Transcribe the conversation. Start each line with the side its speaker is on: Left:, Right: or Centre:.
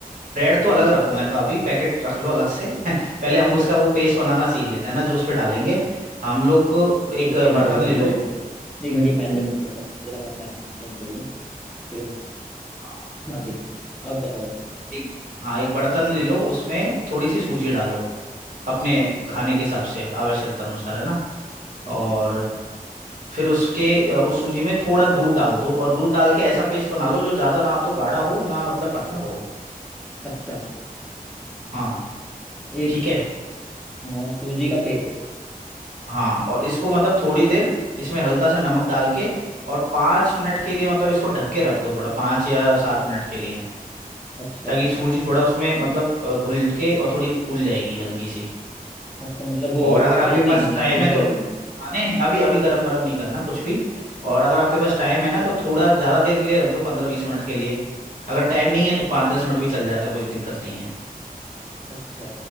Right: ब्रेड
Centre: जी
Right: तो अलग रखो मतलब अभी पैकेट रख लो अलग से <laughs> पहले हम
Centre: अच्छा
Right: उसका वो
Centre: अच्छा
Right: पेस्ट बनाना सीख लेते हैं ना जो उस पे डालेंगे हम
Centre: अरे
Right: लोग
Centre: तो पहले
Right: एक
Centre: एक एक
Right: बर्तन
Centre: मिनट एक मिनट
Right: ले लो
Centre: फिर एक एक मिनट ये पेन बन के जरा मैं पेन चेंज कर लूँ फिर
Right: हाँ,
Centre: हाँ जी आप बताओ
Right: एक हाँ एक बर्तन
Centre: जी
Right: ले लो उसमें थोड़ी सी सूजी डालो अपने
Centre: अच्छा
Right: खाने के हिसाब से आवश्यकता अनुसार है ना
Centre: अच्छा
Right: और फिर उसके अ, उस सूजी में थोड़ा दूध डाल दो और दूध डाल के ऐसा पेस्ट बना लो जो ज़्यादा ना तो गाढ़ा हो ना मतलब पतला हो
Centre: अच्छा
Right: हाँ
Centre: एक
Right: ठीक है
Centre: हाँ, सूजी का पेस्ट
Right: हाँ और इसको मतलब थोड़ी देर इसमें हल्का सा नमक डाल के और पाँच मिनट के लिए मतलब इसको ढक के रख दो थोड़ा पाँच या सात मिनट के लिए
Centre: अच्छा
Right: ताकि सूजी थोड़ा उसमें मतलब अ, घुल के और थोड़ी फूल जाएगी हल्की सी
Centre: अच्छा मतलब वो
Right: और अगर आपके
Centre: गर्म
Right: मतलब
Centre: नहीं
Right: पास
Centre: करना
Right: टाइम
Centre: है बिना
Right: है तो
Centre: गर्म करे
Right: हाँ नहीं नहीं अभी अभी गरम गरम नहीं करना कुछ भी
Centre: अच्छा अच्छा
Right: और अगर आपके पास टाइम है ना तो थोड़ा ज़्यादा देर के लिए रख दो पंद्रह बीस मिनट के लिए अगर टाइम
Centre: अच्छा
Right: नहीं है तो पाँच दस मिनट भी चल जाता है, कोई दिक्कत नहीं है
Centre: अच्छा